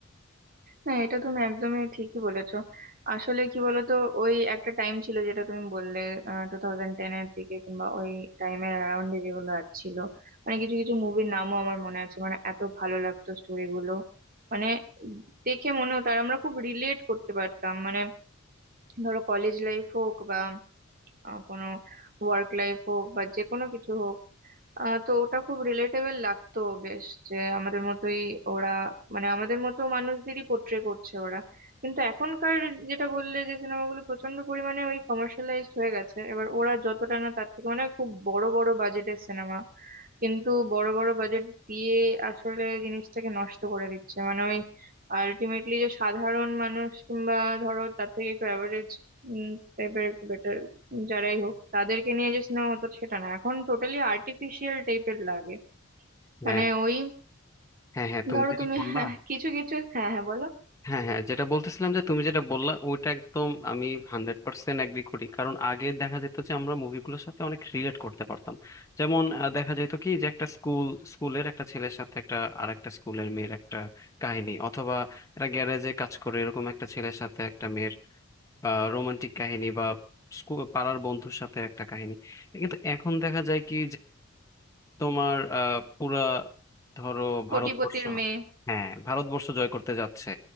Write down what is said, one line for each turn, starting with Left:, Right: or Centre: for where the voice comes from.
Right: না এটা তুমি একদমই ঠিকই বলেছো আসলে কি বলতো ওই একটা টাইম ছিল যেটা তুমি বললে টু থাউজেন্ড টেন এর দিকে কিংবা ওই টাইমের অ্যারাউন্ডে যেগুলো আর ছিল মানে কিছু কিছু মুভির নামও আমার মনে আছে মানে এত ভালো লাগতো স্টোরিগুলো মানে দেখে মনে হতো আর আমরা খুব রিলেট করতে পারতাম মানে ধরো কলেজ লাইফ হোক বা আহ, কোনো ওয়ার্ক লাইফ হোক বা যে কোনো কিছু হোক আহ তো ওটা খুব রিলেটেবল লাগতো বেশ যে আমাদের মতোই ওরা মানে আমাদের মতো মানুষদেরই পোট্রে করছে ওরা কিন্তু এখনকার যেটা বললে যে সিনেমাগুলো প্রচন্ড পরিমাণে ওই কমার্শিয়ালাইজড হয়ে গেছে এবার ওরা যতটা না তার থেকে মানে খুব বড় বড় বাজেটের সিনেমা কিন্তু বড় বড় বাজেট দিয়ে আসলে জিনিসটাকে নষ্ট করে দিচ্ছে মানে ওই আলটিমেটলি যে সাধারণ মানুষ কিংবা ধরো তার থেকে একটু অ্যাভারেজ টাইপের একটু বেটার যারাই হোক তাদেরকে নিয়ে যে সিনেমা হতো সেটা না এখন টোটালি আর্টিফিশিয়াল টাইপের লাগে
Left: হ্যাঁ
Right: মানে ওই
Left: হ্যাঁ হ্যাঁ তুমি
Right: ধরো
Left: যেটা
Right: তুমি
Left: বললা
Right: হ্যাঁ, কিছু কিছু হ্যাঁ হ্যাঁ বলো
Left: হ্যাঁ হ্যাঁ যেটা বলতেছিলাম যে তুমি যেটা বললা ওইটা একদম আমি হান্ড্রেড পার্সেন্ট এগ্রি করি কারণ আগে দেখা যেত যে আমরা মুভিগুলোর সাথে অনেক রিলেট করতে পারতাম যেমন আহ, দেখা যেত কি যে একটা স্কুল স্কুলের একটা ছেলের সাথে একটা আরেকটা স্কুলের মেয়ের একটা কাহিনী অথবা একটা গ্যারেজে কাজ করে এরকম একটা ছেলের সাথে একটা মেয়ের রোমান্টিক কাহিনী বা স্কুল পাড়ার বন্ধুর সাথে একটা কাহিনী কিন্তু এখন দেখা যায় কি তোমার আহ, পুরা ধরো
Right: কোটিপতির
Left: ভারতবর্ষ
Right: মেয়ে
Left: হ্যাঁ ভারতবর্ষ জয় করতে যাচ্ছে